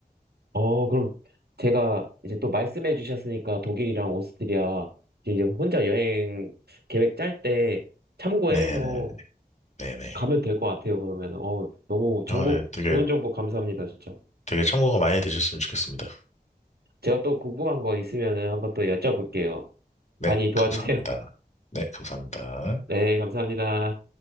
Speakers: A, on the right; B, on the left.
A: 어, 그럼 제가 이제 또 말씀해 주셨으니까 독일이랑 오스트리아 이제 혼자 여행 계획 짤 때 참고해서
B: 네네네. 네네.
A: 가면 될 것 같아요, 그러면. 어, 너무 정보,
B: 아, 네. 되게,
A: 좋은 정보 감사합니다, 진짜.
B: 되게 참고가 많이 되셨으면 좋겠습니다.
A: 제가 또 궁금한 거 있으면은 한번 또 여쭤볼게요.
B: 네,
A: 많이 도와주세요.
B: 감사합니다.
A: <laughs>
B: 네, 감사합니다.
A: 네, 감사합니다.